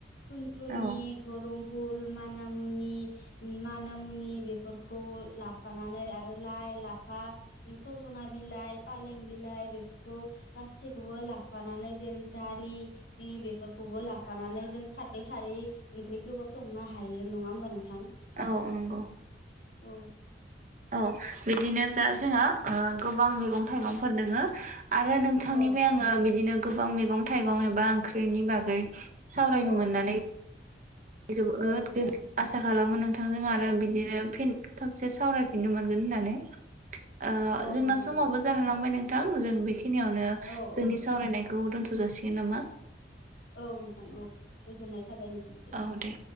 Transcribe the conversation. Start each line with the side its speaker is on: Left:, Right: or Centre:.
Left: थुनथुनि
Right: औ
Left: धरम। फुल मानामुनि मानामुनि बेफोरखौ लाफानानै आरो लाइ लाफा सजना बिलाइ फालें बिलाइ बे। खौ गासैखौबो लाफानानै जेरै जारिनि बेफोरखौबो लाफानानै जों खारदै खारै ओंख्रि गोबाब संनो हायो नङा होमबा नोंथां।
Right: औ नंगौ।
Left: औ।
Right: अ बिदिनो। जा जोंहा गोबां मैगं थाइगंफोर दोङो। आरो नोंथांनिफ्राय
Left: औ
Right: आङो बिदिनो। गोबां मैगं थाइगं एबा ओंख्रिनि बागै। सावरायनो
Left: औ
Right: मोननानै। जोबोद
Left: औ नोंथां
Right: गो आसा। खालामो नोंथा थांजों आरो
Left: औ
Right: बिदिनो फिन थबसे सावरायफिननो मोनगोन होननानै ओ
Left: औ
Right: जोंना
Left: नोंथां
Right: समावबो
Left: औ
Right: जाहोलांबाय नों थां जों बे। खिनियावनो
Left: औ
Right: जोंनि
Left: औ
Right: सावरायनाय खौ दोनथ' जासिगोन नामा?
Left: औ नोंथां औ गोजोननाय थाबाय नोंथांसिम।
Right: औ दे।